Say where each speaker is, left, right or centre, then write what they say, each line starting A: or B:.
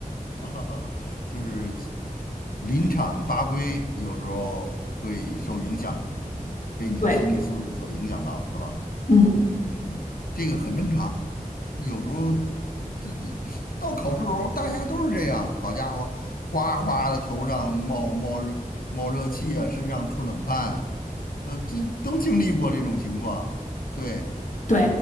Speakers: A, on the left; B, on the left.
A: <laughs> 啊就是。临场发挥有时候会受影响，嗯被你的心理素质所影响到，
B: 对，
A: 是吧？
B: 嗯，
A: 嗯，这个很正常。有时候这这到考试时候，大家都是这样。好家伙，哗哗的头上冒冒热冒热气啊，身上出冷汗，呃，这都经历过这种情况。对，
B: 对，